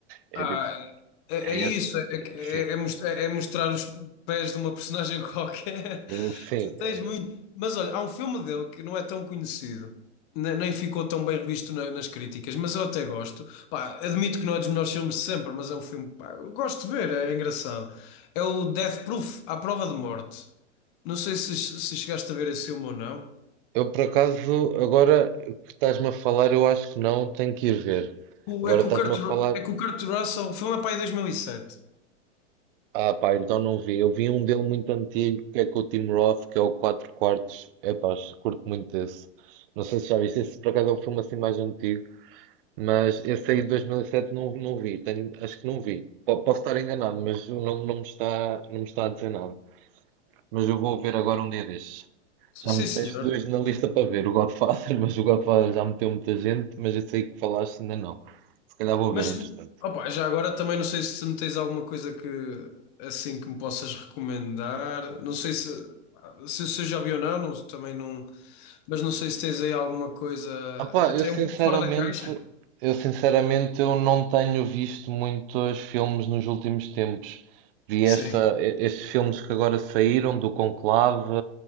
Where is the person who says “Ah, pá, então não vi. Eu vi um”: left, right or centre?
Right